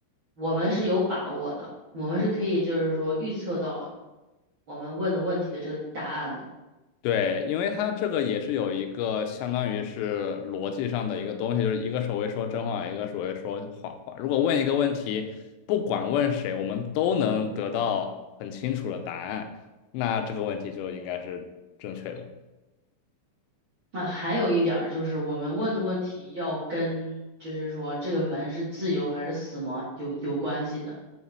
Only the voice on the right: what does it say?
我们是有把握的，我们是可以就是说预测到我们问的问题的这个答案的。
那还有一点儿就是我们问的问题要跟就是说这个门是自由还是死亡有有关系的，